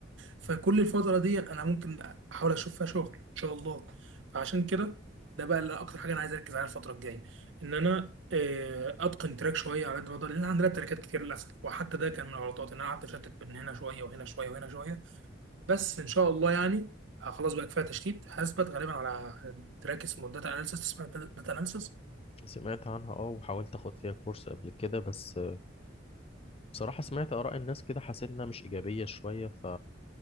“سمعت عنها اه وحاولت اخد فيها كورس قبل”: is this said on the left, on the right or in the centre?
Left